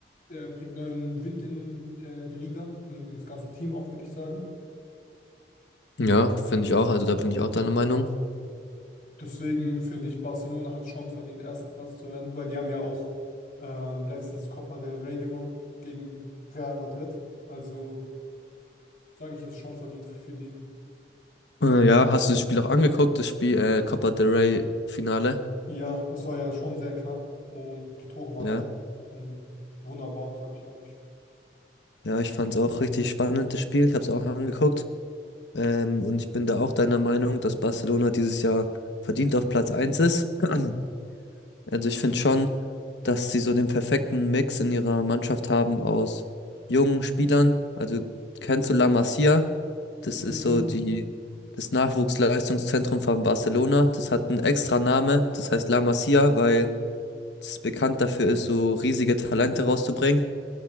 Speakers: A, on the left (about 55°); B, on the left (about 80°).
A: Er bringt neuen Wind in äh, die Liga und ins ganze Team auch, würde ich sagen.
B: Ja, finde ich auch. Also da bin ich auch deiner Meinung.
A: Deswegen finde ich, Barcelona hat schon verdient, erster Platz zu werden, weil die haben ja auch ähm, letztens Copa del Rey gewonnen gegen Real Madrid. Also sage ich, es ist schon verdient für die.
B: Äh, Ja, hast du das Spiel auch angeguckt, das Spiel äh, Copa del Rey Finale?
A: Ja, es war ja schon sehr knapp und die Tore waren
B: Ja.
A: auch mm, wunderbar, sage ich ehrlich.
B: Ja, ich fand es auch richtig spannend, das Spiel. Ich habe es auch angeguckt. Ähm, und ich bin da auch deiner Meinung, dass Barcelona dieses Jahr verdient auf Platz eins ist. <clears throat> Also ich finde schon, dass sie so den perfekten Mix in ihrer Mannschaft haben aus jungen Spielern. Also kennst du La Masia? Das
A: Mm,
B: ist so die, das Nachwuchsleistungszentrum von Barcelona. Das hat einen extra Name, das heißt La Masia, weil es bekannt dafür ist, so riesige Talente rauszubringen.